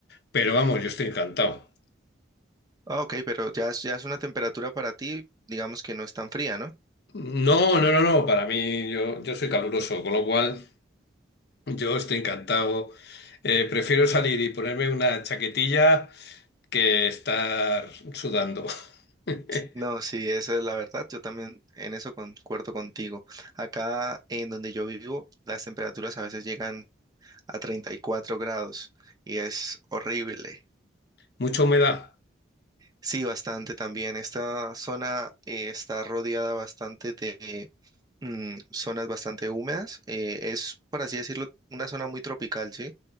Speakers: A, on the left; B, on the right.
A: Pero vamos, yo estoy encantado.
B: Ah, ok, pero ya es, ya es una temperatura para ti, digamos que no es tan fría, ¿no?
A: No, no, no, no, para mí yo, yo soy caluroso, con lo cual yo estoy encantado. Eh, prefiero salir y ponerme una chaquetilla que estar sudando. <laughs>
B: No, sí, esa es la verdad. Yo también en eso concuerdo contigo. Acá en donde yo vivo, las temperaturas a veces llegan a 34 grados y es horrible.
A: Mucha humedad,
B: Sí, bastante también. Esta zona eh, está rodeada bastante de mm, zonas bastante húmedas. Eh, es, por así decirlo, una zona muy tropical, ¿sí?